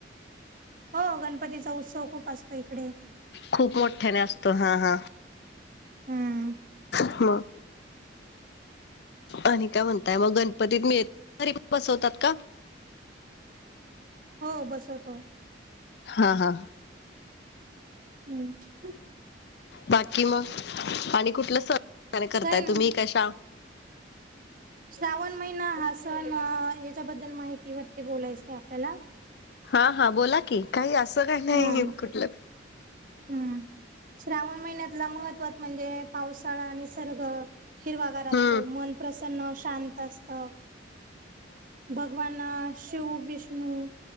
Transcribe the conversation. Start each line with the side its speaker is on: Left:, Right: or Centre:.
Right: हो गणपतीचा उत्सव खूप असतो इकडे.
Left: खूप मोठ्याने असतो हा हा.
Right: हम्म.
Left: ह. आणि काय म्हणताय मग गणपतीत मिळ घरी बसवतात का?
Right: हो बसवतो.
Left: हां हा.
Right: हम्म.
Left: बाकी मग आणि कुठलं सण करताय
Right: काही नाही
Left: तुम्ही कशा
Right: श्रावण महिना हा सण याच्याबद्दल माहितीवरती बोलायचय आपल्याला.
Left: हा हा बोला की काही असं काय नाही
Right: हम्म
Left: कुठलं.
Right: हम्म श्रावण महिन्यातला महत्व म्हणजे, पावसाळा आणि निसर्ग. हिरवागार
Left: हम्म
Right: असतो मन प्रसन्न शांत असत. भगवान शिव, विष्णू,